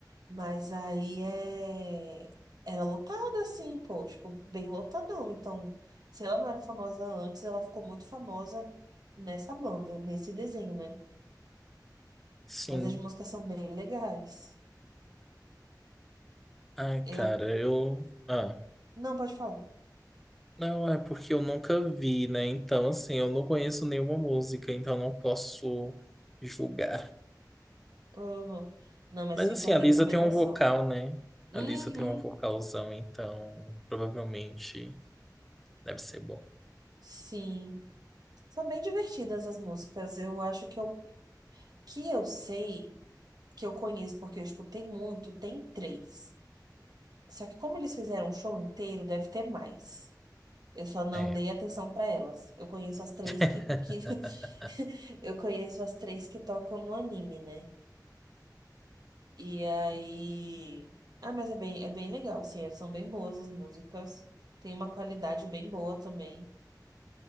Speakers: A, on the right; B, in the centre.
A: Mas aí é... era lotada, assim, pô, tipo, bem lotadão. Então, se ela não era famosa antes, ela ficou muito famosa nessa banda, nesse desenho, né?
B: Sim.
A: Mas as músicas são bem legais.
B: Ai,
A: Eu.
B: cara, eu. Ah.
A: Não, pode falar.
B: Não, é porque eu nunca vi, né? Então, assim, eu não conheço nenhuma música, então não posso julgar.
A: Uhum. Não, mas
B: Mas,
A: fica
B: assim,
A: a recomendação.
B: a Lisa tem um vocal, né?
A: Uhum.
B: A Lisa tem um vocalzão, então provavelmente deve ser bom.
A: Sim. São bem divertidas as músicas. Eu acho que eu, que eu sei, que eu conheço porque eu escutei muito, tem três. Só que como eles fizeram um show inteiro, deve ter mais. Eu só não
B: É.
A: dei atenção pra elas. Eu conheço as três
B: <laughs>
A: que, que... <laughs> Eu conheço as três que tocam no anime, né? E aí... Ah, mas é bem, é bem legal, assim. São bem boas as músicas. Tem uma qualidade bem boa também.